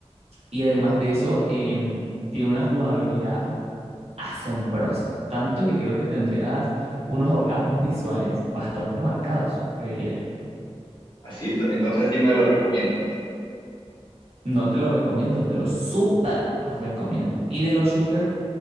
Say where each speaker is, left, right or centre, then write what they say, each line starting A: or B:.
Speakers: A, on the right; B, on the left.
A: y además de eso, em, tiene una jugabilidad asombrosa, tanto que creo que tendrías unos orgasmos visuales bastante marcados, creería yo.
B: Así, ento- entonces sí me lo recomiendas.
A: No te lo recomiendo, te lo súper recomiendo. Y de los shooters,